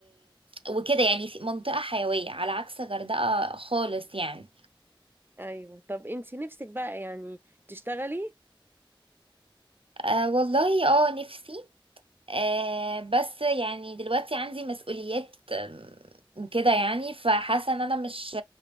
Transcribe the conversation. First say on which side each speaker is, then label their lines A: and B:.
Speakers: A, on the right (about 80°); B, on the right (about 25°).
A: وكده يعني في منطقة حيوية على عكس غردقة خالص يعني
B: أيوة طب أنت نفسك بقى يعني تشتغلي
A: أه والله اه نفسي آه بس يعني دلوقتي عندي مسؤوليات آم، كده يعني فحاسه ان انا مش